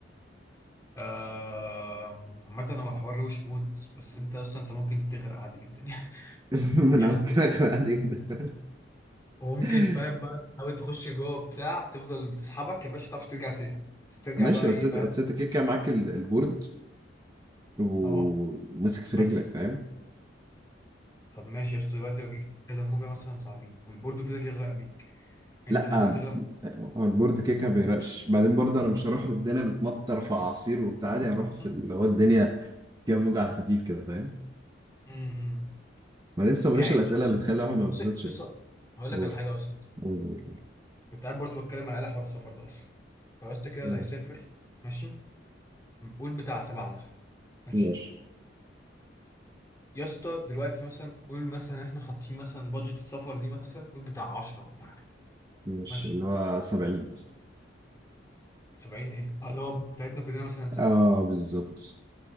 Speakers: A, on the left (about 20°); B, on the right (about 20°).
A: آه، عامة هو حوار وش موت بس انت اصلا انت ممكن تغرق عادي جدا <laughs>
B: <laughs> ما انا
A: يعني
B: ممكن اغرق عادي جدا
A: وممكن
B: <laughs>
A: فاهم بقى تحاول تخش جوه بتاع تفضل بتسحبك يا باشا متعرفش ترجع تاني ترجع
B: ماشي
A: بقى
B: بس
A: ايه
B: انت
A: فاهم
B: أنت كده كده معاك ال- البورد وماسك
A: اهو
B: في
A: بس
B: رجلك فاهم
A: طب ماشي يا اسطى دلوقتي لو جيك كذا موجه مثلا صعبين والبورد فضل يغرق بيك انت
B: لا
A: تفضل تغرق
B: هو البورد كده كده بيرقش بعدين برضه انا مش هروح والدنيا بتمطر في اعاصير وبتاع عادي هروح في
A: مثلاً.
B: اللي هو الدنيا فيها موجة على الخفيف كده فاهم
A: امم
B: ما لسه بلاش
A: يعني
B: الاسئله
A: انت
B: اللي تخلي الواحد ما يتبسطش
A: بص بص
B: ده
A: هقول لك
B: قول
A: على حاجه اصلا
B: قول قول قول.
A: كنت قاعد برضو بتكلم على حوار السفر ده اصلا فيا اسطى كده
B: تمام.
A: اللي هيسافر ماشي قول بتاع سبعه مثلا ماشي
B: ماشي
A: يا اسطى دلوقتي مثلا قول مثلا احنا حاطين مثلا بادجت السفر دي مثلا قول بتاع 10 ولا حاجه
B: مش
A: ماشي
B: اللي هو 70 بس
A: 70 ايه اه اللي هو بتاعتنا كلنا مثلا 70
B: اه بالظبط